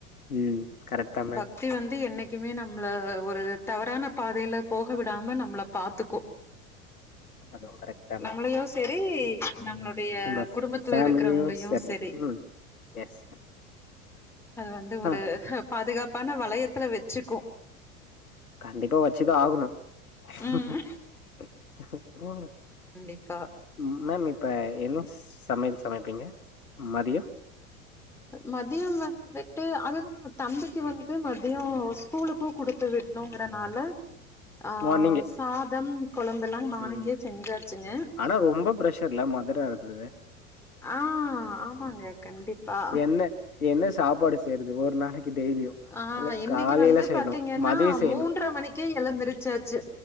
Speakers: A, on the left (about 80°); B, in the centre.
A: ம் கரெக்ட் தா மேம்
B: பக்தி வந் து என்னைக்குமே நம்மள ஒரு தவறான பாதைல போக விடாம நம்மள பாத்துக்கூ
A: அதுவு கரெக்ட் தா
B: நம்மளையு
A: மேம்
B: சரி நம்மளோ டைய
A: நம்ம
B: குடும்பத்துல
A: ஃபேமிலியு
B: இருக்குறவங்களையு சரி
A: ம் எஸ்
B: அது வந்து ஒரு
A: ஆ
B: பாதுகாப்பான வளையத்துல வச்சுக்கு
A: கண்டிப்பா வச்சுதா ஆகணு <unintelligible>
B: ம். இக்கா
A: ம் மேம் இப்ப என்ன சமையல் சமைப்பீங்க மதியொ
B: மத்தியொம் வந்துட்டு அதுதா தம்பிக்கு வந்து மத்தியோ ஸ்கூலுக்கு குடுத்து விட்ணுங்கறனால ஆ
A: மார்னிங்கே
B: சாதம் கொழம்பெல்லா மானிங்கே
A: ம்
B: செஞ்சாச்சுங்க
A: ஆனா ரொம்ப ப்ரெஷர்ல மதுர இருந்தது
B: ஆ ஆமாங்க கண்டிப்பா
A: என்ன என்ன சாப்பாடு செய்றது ஒரு நாளெக்கி டெய்லியு
B: ஆ
A: இல்ல
B: இன்னெக்கி
A: காலையில
B: வந்து
A: செய்யணு
B: பாத்தீங்கன்னா
A: மதிய செய்யணு
B: மூன்றர மணிக்கே எழுந்துருச்சாச்சு